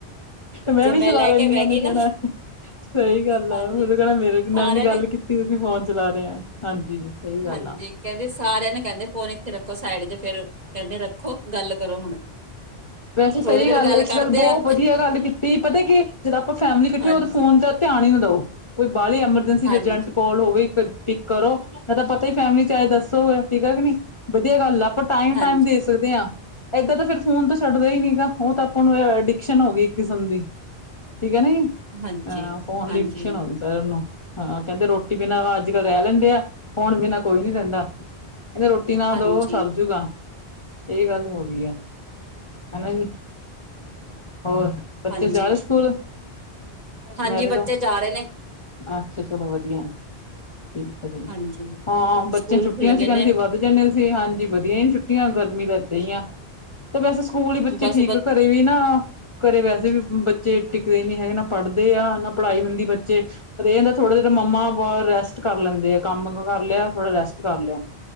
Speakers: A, on the left (about 30°); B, on the right (about 40°).
A: ਮੈਂ
B: ਜੇ
A: ਵੀ ਚਲਾ
B: ਲੈ
A: ਲੈਂਨੀ
B: ਕੇ ਬਹਿ
A: ਆ ਉਹਨੇ
B: ਗਈ
A: ਕਹਿਣਾ
B: ਨਾ
A: ਸਹੀ ਗੱਲ
B: ਹਾਂਜੀ
A: ਆ ਉਹ ਕਹਿਣਾ ਮੇਰੇ
B: ਸਾਰਿਆਂ
A: <unintelligible> ਗੱਲ
B: ਨੇ
A: ਕੀਤੀ ਸੀ ਫੋਨ ਚਲਾ ਰਿਹਾ ਹਾਂਜੀ ਸਹੀ ਗੱਲ
B: ਹਾਂਜੀ
A: ਐ।
B: ਕਹਿੰਦੇ ਸਾਰਿਆਂ ਨੇ ਕਹਿੰਦੇ ਫੋਨ ਇਥੇ ਰੱਖੋ ਸਾਈਡ ਚ ਫਿਰ ਕਹਿੰਦੇ ਰੱਖੋ ਗੱਲ ਕਰੋ ਹੁਣ
A: ਵੈਸੇ ਸਹੀ
B: ਥੋੜੀ ਦੇਰ
A: ਗੱਲ ਇੱਕ
B: ਕਰਦੇ
A: ਗੱਲ ਬਹੁਤ
B: ਆ
A: ਵਧੀਆ ਗੱਲ ਕੀਤੀ ਪਤਾ ਕੀ ਜਦੋਂ ਆਪਾਂ ਫੈਮਿਲੀ ਇਕੱਠੇ
B: ਹਾਂਜੀ
A: ਹੋ ਤਾਂ ਫੋਨ ਤਾ ਧਿਆਨ ਹੀ ਨਾ ਦੋ ਕੋਈ ਬਾਲੀ ਐਮਰਜਂਸੀ
B: ਹਾਂਜੀ
A: ਜੋ ਜੈਂਟ ਕਾਲ ਹੋ ਗਈ ਫਿਰ ਟਿੱਕ ਕਰੋ
B: ਹਾਂਜੀ
A: ਮੈਂ ਤਾਂ ਪਤਾ ਹੀ ਫੈਮਲੀ ਚਾਹੇ ਦੱਸੋ, ਠੀਕ ਐ ਕਿ ਨੀ, ਵਧੀਆ ਗੱਲ ਲੱਭ ਟਾਈਮ
B: ਹਾਂਜੀ
A: ਦੇ ਸਕਦੇ ਆਂ ਇਦਾਂ ਤਾਂ ਫਿਰ ਫੁਨ ਛੱਡਦਾ ਹੀ ਨਹੀਂ ਗਾ। ਉਹ ਤਾਂ ਆਪਾਂ ਨੂੰ ਐਡਿਕਸ਼ਨ ਹੋ ਗਈ, ਇੱਕ ਕਿਸਮ ਦੀ ਠੀਕ ਹ ਨਾ ਜੀ।
B: ਹਾਂਜੀ
A: ਫੋਨ
B: ਹਾਂਜੀ
A: ਦੀ ਐਡਿਕਸਨ ਹੋਗੀ ਸਰ ਇਹਨੂੰ, ਕਹਿੰਦੇ ਰੋਟੀ ਬਿਨਾਂ ਅੱਜ ਰਹਿ ਲੈਂਦੇ ਆ। ਫੋਨ ਬੀਨਾ ਕੋਈ ਨਹੀਂ ਰਹਿੰਦਾ, ਕਹਿੰਦੇ ਰੋਟੀ ਨਾ
B: ਹਾਂਜੀ
A: ਦੋ ਸਰ ਜੂਗਾ। ਇਹ ਗੱਲ ਹੋ ਗਈ ਆ।
B: ਹ
A: ਹਨਾ ਜੀ, ਹੋਰ ਬੱਚੇ
B: ਹਾਂਜੀ
A: ਜ਼ਿਆਰੇ ਸਕੂਲ।
B: ਹਾਂਜੀ
A: ਮੈਰਿਡ
B: ਬੱਚੇ
A: ਹੋ
B: ਜਾ ਰਹੇ ਨੇ।
A: ਅੱਛਾ ਚਲੋ ਵਧੀਆ। ਠੀਕ ਹੈ ਜੀ
B: ਹਾਂਜੀ
A: ਹਾਂ
B: ਸਕੂਲ
A: ਬੱਚੇ ਛੁੱਟੀਆਂ
B: ਖੁੱਲ
A: ਸੀ
B: ਗਏ
A: ਕਹਿੰਦੇ
B: ਨੇ
A: ਵੱਧ। ਵੱਧ ਜਾਣੀਆਂ ਸੀ ਹਾਂਜੀ ਵਧੀਆ ਨਹੀਂ ਛੁੱਟੀਆਂ ਗਰਮੀ ਤਾਂ ਏਦਾਂ ਹੀ ਆ। ਤੇ ਵੈਸੇ ਸਕੂਲ ਹੀ ਬੱਚੇ
B: ਬਸ
A: ਠੀਕ
B: ਬ
A: ਘਰੇ ਵੀ ਨਾ। ਘਰੇ ਵੈਸੇ ਵੀ ਬੱਚੇ ਟਿਕਦੇ ਨੀ ਹੈਗੇ, ਨਾ ਪੜ੍ਹਦੇ ਆ, ਨਾ ਪੜ੍ਹਾਈ ਹੁੰਦੀ ਬੱਚੇ। ਰਹਿ ਜਾਂਦਾ ਜਦੋਂ ਥੋੜਾ ਮੰਮਾ ਰੈਸਟ ਕਰ ਲੈਂਦੇ ਆ। ਕੰਮ ਕਰ ਲਿਆ ਥੋੜਾ ਰੈਸਟ ਕਰ ਲਿਆ।